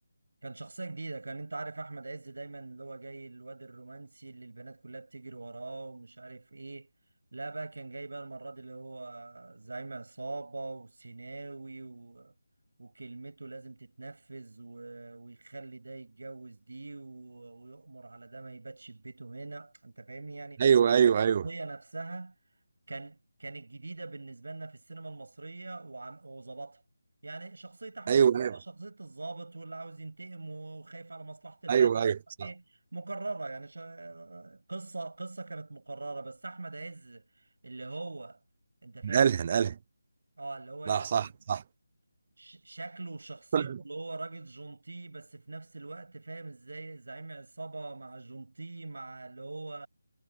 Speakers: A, on the right; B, on the right.
A: كان شخصية جديدة كان انت عارف احمد عز دايما اللي هو جاي الواد الرومانسي اللي البنات كلها بتجري وراه ومش عارف ايه لا بقى كان جاي بقى المرة دي اللي هو زعيم عصابة وسيناوي و... وكلمته لازم تتنفذ و... ويخلي ده يتجوز دي و... ويؤمر على ده ما يباتش في بيته هنا انت فاهمني يعني
B: ايوه ايوه
A: الشخصية
B: ايوه
A: نفسها كان كانت جديدة بالنسبة لنا في السينما المصرية وعم- وظبطها يعني شخصية أحمد
B: ايوه
A: السقا
B: ايوه
A: شخصية الضابط واللي عاوز ينتقم وخايف على مصلحة البلد
B: ايوه ايوه صح
A: إيه مكررة يعني شا- قصة قصة كانت مكررة بس أحمد عز اللي هو أنت فاهم
B: نقلها
A: إزاي؟
B: نقلها
A: أه اللي هو يعني
B: صح صح صح
A: ش- شكله وشخصيته
B: طلع.
A: اللي هو راجل جونتي بس في نفس الوقت فاهم ازاي زعيم عصابة مع جونتي مع اللي هو